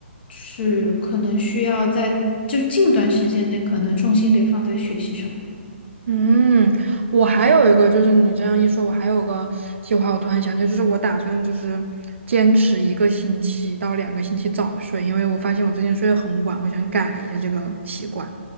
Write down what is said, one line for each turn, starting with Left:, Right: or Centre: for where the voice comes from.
Left: 是可能需要在就近段时间内可能重心得放在学习上。
Right: 嗯，我还有一个，就是你这样一说，我还有个计划，我突然想起来就是我打算就是坚持一个星期到两个星期早睡，因为我发现我最近睡得很晚，我想改一下这个习惯。